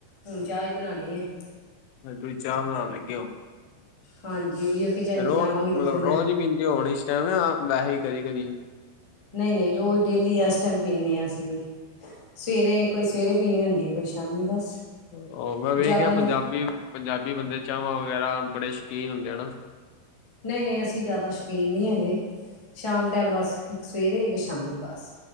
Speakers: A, on the left; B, on the left.
A: ਹੁਣ ਚਾਹ ਹੀ ਬਨਾਨੀ ਏ।
B: ਅੱਛਾ, ਤੁਸੀਂ ਚਾਹ ਬਣਾਨ ਲੱਗੇ ਓ?
A: ਹਾਂਜੀ। ਕਿਚਨ
B: ਰੋਜ,
A: ਚ ਜਾਵਾਂਗੀ ਤੇ ਫਿਰ ਨਾ
B: ਰੋਜ਼ ਪੀਂਦੇ ਹੋਣੇ ਇਸ ਟਾਈਮ ਨਾ ਵੈਹੇ ਈ ਕਦੀ-ਕਦੀ?
A: ਨਈ-ਨਈ ਰੋਜ਼ ਡੇਲੀ ਐਸ ਟਾਈਮ ਪੀਨੇ ਆਂ ਅਸੀਂ ਵੀ, ਸਵੇਰੇ ਇੱਕ ਵਾਰੀ ਸਵੇਰੇ ਪੀਣੀ ਹੁੰਦੀ ਕੋਈ ਸ਼ਾ ਸ਼ਾਮੀ ਬਸ।
B: ਉਹ ਮੈਂ ਵੇਖਿਆ
A: ਜ਼ਿਆਦਾ
B: ਪੰਜਾਬੀ-
A: ਨਹੀਂ
B: ਪੰਜਾਬੀ ਬੰਦੇ ਚਾਂਵਾਂ ਵਗੈਰਾ ਬੜੇ ਸ਼ੌਕੀਨ ਹੁੰਦੇ ਆ ਹਨਾ?
A: ਨਈ- ਨਈ, ਅਸੀਂ ਜ਼ਾਦਾ ਸ਼ਕੀਨ ਨਈ ਹੈਗੇ। ਸ਼ਾਮ ਟੈਮ ਬਸ ਇੱਕ ਸਵੇਰੇ ਇੱਕ ਸ਼ਾਮੀ ਬਸ